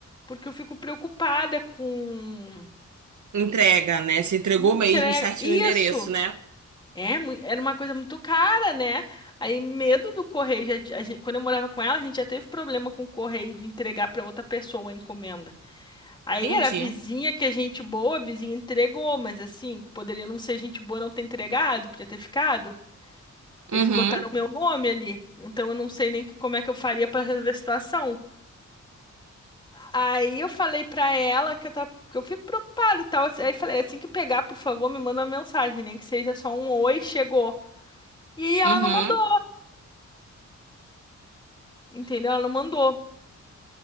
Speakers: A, on the left; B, on the right.
A: Porque eu fico preocupada com
B: Entrega, né? Se entregou
A: entrega.
B: mesmo, certo
A: Isso!
B: no endereço, né?
A: É, mui- era uma coisa muito cara, né? Aí, medo do correio. Já, ti- a gente- quando eu morava com ela, a gente já teve problema com o correio de entregar pra outra pessoa a encomenda. Aí
B: entendi.
A: era a vizinha que é gente boa, a vizinha entregou, mas assim, poderia não ser gente boa não ter entregado, podia ter ficado. Eles
B: Uhum,
A: botaram meu nome ali, então eu não sei nem que- como é que eu faria pra resolver a situação. Aí eu falei pra ela que eu, tava, que eu fico preocupada e tal. assim, Aí falei, assim que pegar, por favor, me manda uma mensagem, nem que seja só um oi, chegou. E ela
B: uhum.
A: não mandou, entendeu? Ela não mandou.